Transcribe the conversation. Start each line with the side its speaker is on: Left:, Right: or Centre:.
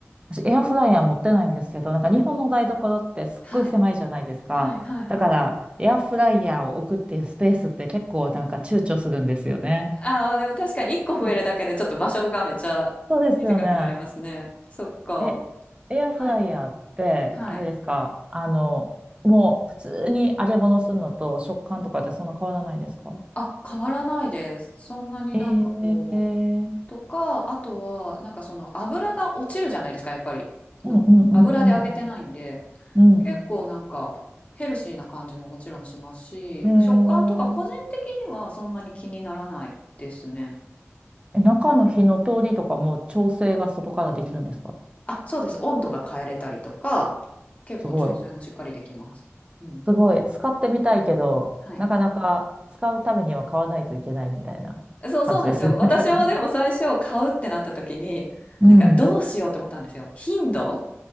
Right: 私、エアフライヤー持ってないんですけど、なんか日本の台所ってすっごい狭いじゃないですか。
Left: はい。はいはいはい。
Right: だから、エアフライヤーを置くっていうスペースって結構なんか躊躇するんですよね。
Left: ああ、でも確かに1個増えるだけでちょっと場所がめちゃ短くなりますね。
Right: そうそうですよね。
Left: そっか。
Right: え、エアフライヤーって、
Left: はい。はい。
Right: あれですか、あの、もう普通に揚げ物するのと食感とかってそんな変わらないですか
Left: あ、変わらないです。そんなになんかこう。
Right: えー
Left: とか、あとは、なんかその油が落ちるじゃないですか、やっぱり。
Right: うんうんうん
Left: の。油で揚げてないんで、
Right: うんう
Left: 結構なんかヘルシーな感じももちろんしますし、
Right: ん。へ
Left: 食感とか個人的にはそんなに気にならないですね。
Right: え。え、中の火の通りとかも調整が外からできるんですか
Left: あ、そうです。温度が変えれたりとか、結構調整もしっかりできます。
Right: すごい。
Left: うん。
Right: すごい。使ってみたいけど、
Left: はい。
Right: なかなか使うためには買わないといけないみたいな感じですよね。
Left: そう、そうなんですよ。私もでも最初買うってなった時に、
Right: うん。
Left: なんかどうしようって思ったんですよ。頻度